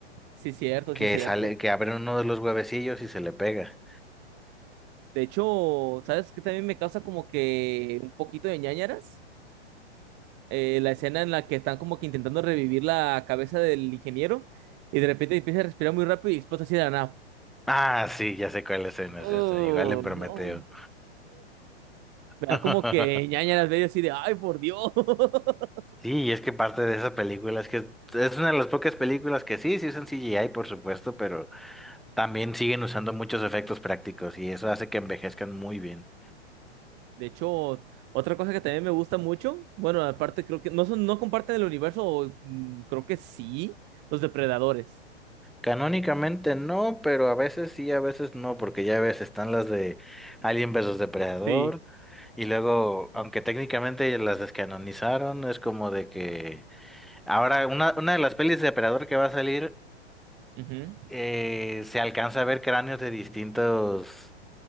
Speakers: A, on the right; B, in the centre.
A: sí es cierto,
B: que
A: sí es cierto.
B: sale, que abre uno de los huevecillos y se le pega.
A: De hecho, ¿sabes qué también me causa como que un poquito de ñáñaras? Eh, la escena en la que están como que intentando revivir la cabeza del ingeniero y de repente empieza a respirar muy rápido y explota así de la nada.
B: Ah, sí, ya sé cuál escena
A: Oh,
B: es esa, igual en Prometeo.
A: no.
B: <laughs>
A: Me da como que ñaña las veo así de, ay, por Dios. <laughs>
B: Sí, y es que parte de esa película es que es una de las pocas películas que sí, sí usan CGI, por supuesto, pero también siguen usando muchos efectos prácticos y eso hace que envejezcan muy bien.
A: De hecho, otra cosa que también me gusta mucho, bueno, aparte creo que no son, no comparten el universo, o, mm, creo que sí, los depredadores.
B: Canónicamente no, pero a veces sí, a veces no, porque ya ves, están las de Alien versus Depredador
A: Sí.
B: y luego, aunque técnicamente las descanonizaron, es como de que Ahora, una, una de las pelis de Depredador que va a salir,
A: Ujú,
B: eh, se alcanza a ver cráneos de distintos